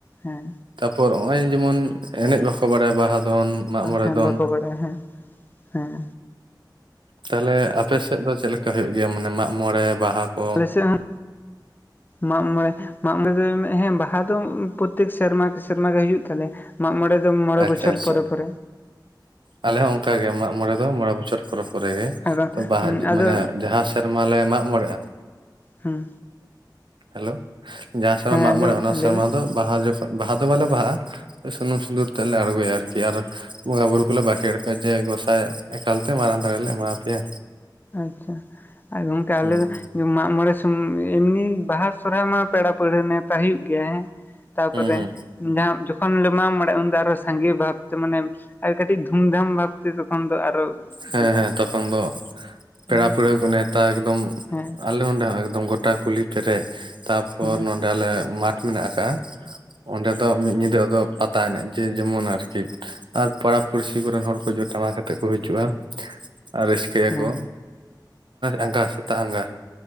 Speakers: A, on the left; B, on the right.
A: ᱦᱮᱸ
B: ᱛᱟᱯᱚᱨ ᱱᱚᱜ ᱚᱭ ᱡᱮᱢᱚᱱ ᱮᱱᱮᱡ ᱵᱟᱠᱚ ᱠᱚ ᱵᱟᱲᱟᱭᱟ ᱵᱟᱦᱟ ᱫᱚᱱ ᱢᱟᱜᱢᱚᱬᱮ
A: ᱦᱮᱸ
B: ᱫᱚᱱ
A: ᱵᱟᱠᱚ ᱵᱟᱰᱟᱭᱟ ᱦᱮᱸ ᱦᱮᱸ
B: ᱛᱟᱦᱞᱮ ᱟᱯᱮ ᱥᱮᱫ ᱫᱚ ᱪᱮᱫᱞᱮᱠᱟ ᱦᱩᱭᱩᱜ ᱜᱮᱭᱟ ᱢᱟᱱᱮ ᱢᱟᱜ ᱢᱚᱬᱮ ᱵᱟᱦᱟ? ᱠᱚ
A: ᱟᱞᱮ ᱥᱮᱫ ᱦᱚᱸ᱾
B: <unintelligible>
A: ᱢᱟᱜ ᱢᱚᱬᱮ ᱢᱟᱜ ᱢᱚᱬᱮ ᱦᱮᱸ ᱵᱟᱦᱟ ᱫᱚ ᱯᱨᱚᱛᱮᱠ ᱥᱮᱨᱢᱟ ᱥᱮᱨᱢᱟ ᱜᱮ ᱦᱩᱭᱩᱜ ᱛᱟᱞᱮᱭᱟ᱾ ᱢᱟᱜ ᱢᱚᱬᱮ ᱫᱚ ᱢᱚᱬᱮ
B: ᱟᱪᱪᱷᱟ
A: ᱵᱚᱪᱷᱚᱨ
B: ᱟᱪᱪᱷᱟ
A: ᱯᱚᱨᱮ ᱯᱚᱨᱮ᱾
B: ᱟᱞᱮ ᱦᱚᱸ ᱚᱱᱠᱟ ᱜᱮ ᱢᱟᱜ ᱢᱚᱬᱮ ᱫᱚ ᱢᱚᱬᱮ ᱵᱚᱪᱷᱚᱨ᱾ ᱯᱚᱨᱮ ᱯᱚᱨᱮ ᱜᱮ
A: ᱟᱫᱚ
B: ᱛᱚ ᱵᱟᱦᱟ
A: ᱟᱫᱚ
B: ᱢᱟᱱᱮ ᱡᱟᱦᱟᱸ ᱥᱮᱨᱢᱟᱞᱮ ᱢᱟᱜ ᱢᱚᱬᱮᱜᱼᱟ᱾
A: ᱦᱩᱸ
B: ᱦᱮᱞᱳ ᱡᱟᱦᱟᱸ ᱥᱮᱨᱢᱟ ᱢᱟᱜ
A: ᱟᱸᱡᱚᱢᱚᱜ
B: ᱢᱚᱬᱮ ᱚᱱᱟ
A: ᱠᱟᱱᱟ ᱞᱟᱹᱭ
B: ᱥᱮᱨᱢᱟ
A: ᱵᱮᱱ
B: ᱫᱚ᱾ ᱵᱟᱦᱟ ᱡᱚᱠᱷᱚᱡ ᱵᱟᱦᱟ ᱫᱚ ᱵᱟᱞᱮ ᱵᱟᱦᱟᱜᱼᱟ ᱥᱩᱱᱩᱢ ᱥᱤᱸᱫᱩᱨ ᱛᱮᱞᱮ ᱟᱬᱜᱚᱭᱟ ᱟᱨᱠᱤ ᱟᱨ᱾ ᱵᱚᱸᱜᱟ ᱵᱩᱨᱩ ᱠᱚᱞᱮ ᱵᱟᱠᱷᱮᱲ ᱠᱚᱣᱟ ᱡᱮ ᱜᱚᱸᱥᱟᱭ ᱮᱠᱟᱞᱛᱮ ᱢᱟᱨᱟᱝ ᱫᱟᱲᱮ ᱞᱮ ᱮᱢᱟ ᱯᱮᱭᱟ᱾
A: ᱟᱪᱪᱷᱟ ᱠᱚᱝᱠᱮ
B: ᱦᱩᱸ
A: ᱟᱞᱮ᱾ ᱢᱟᱜ ᱢᱚᱬᱮ ᱥᱚ ᱮᱢᱱᱤ ᱵᱟᱦᱟ ᱥᱚᱨᱦᱟᱭ ᱢᱟ ᱯᱮᱲᱟ ᱯᱟᱹᱲᱦᱟᱹ ᱱᱮᱶᱛᱟ ᱦᱩᱭᱩᱜ ᱜᱮᱭᱟ ᱦᱮᱸ᱾ ᱛᱟᱯᱚᱨᱮ
B: ᱦᱩᱸ ᱦᱩᱸ
A: ᱡᱟᱦᱟᱸᱼᱼ ᱛᱚᱠᱷᱚᱱ ᱞᱮ ᱢᱟᱢ ᱵᱟᱲᱟᱭ ᱩᱱᱫᱚ ᱟᱨᱚ ᱥᱟᱸᱜᱮ ᱵᱷᱟᱵᱛᱮ ᱢᱟᱱᱮ ᱟᱨ ᱠᱟᱹᱴᱤᱡ ᱫᱷᱩᱢᱫᱷᱟᱢ ᱵᱷᱟᱵᱛᱮ ᱛᱚᱠᱷᱚᱱ ᱫᱚ ᱟᱨᱚ᱾
B: ᱦᱮᱸ
A: ᱦᱩᱭᱩᱜᱼᱟ
B: ᱦᱮᱸ ᱛᱚᱠᱷᱚᱱ ᱫᱚ ᱯᱮᱲᱟ
A: ᱦᱮᱸ
B: ᱯᱟᱹᱲᱦᱟᱹ ᱠᱚ ᱱᱮᱣᱛᱟ ᱮᱠᱫᱚᱢ
A: ᱦᱮᱸ
B: ᱟᱞᱮ ᱱᱚᱸᱰᱮ ᱦᱚᱸ ᱮᱠᱫᱚᱢ ᱦᱚᱸ᱾ ᱜᱚᱴᱟ ᱠᱩᱞᱦᱤ ᱯᱮᱨᱮᱡ ᱛᱟᱨᱯᱚᱨ
A: ᱦᱮᱸ
B: ᱱᱚᱰᱮ ᱟᱞᱮ ᱢᱟᱴᱷ ᱢᱮᱱᱟᱜ ᱟᱠᱟᱜᱼᱟ᱾ ᱚᱸᱰᱮ ᱫᱚ ᱢᱤᱫ ᱧᱤᱫᱟᱹ ᱟᱫᱚ᱾ ᱯᱟᱛᱟ ᱮᱱᱮᱡ ᱡᱮ ᱡᱮᱢᱚᱱ ᱟᱨᱠᱤ ᱟᱨ ᱯᱟᱲᱟ ᱯᱩᱲᱥᱤ ᱠᱚᱨᱮᱱ ᱦᱚᱲ ᱠᱚ ᱦᱤᱡᱩᱜᱼᱟ ᱴᱟᱢᱟᱠ ᱟᱛᱮᱫ ᱠᱚ ᱦᱤᱡᱩᱜᱼᱟ᱾ ᱟᱨ ᱨᱟᱹᱥᱠᱟᱹᱭᱟ
A: ᱦᱮᱸ
B: ᱠᱚ ᱟᱸᱜᱟ ᱥᱮᱛᱟᱜ ᱟᱸᱜᱟ᱾